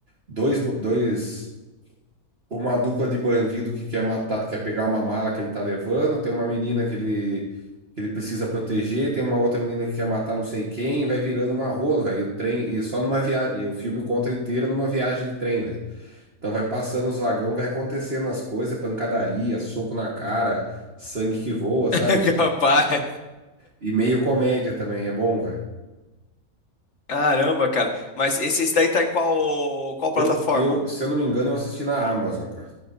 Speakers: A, on the right; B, on the left.
A: dois, bo- dois uma dupla de bandido que quer matar, quer pegar uma mala que ele tá levando, tem uma menina que ele, que ele precisa proteger, tem uma outra menina que quer matar não sei quem, vai virando uma rola, velho. E o trem, e só numa viagem, e o filme conta inteiro numa viagem de trem, velho. Então vai passando os vagão, vai acontecendo as coisas, é pancadaria, soco na cara, sangue que voa, sabe?
B: <laughs> Capaz.
A: E meio comédia também, é bom, velho.
B: Caramba, cara. Mas esse, esse daí tá em qual, qual plataforma?
A: Eu, eu, se eu não me engano, eu assisti na Amazon, cara.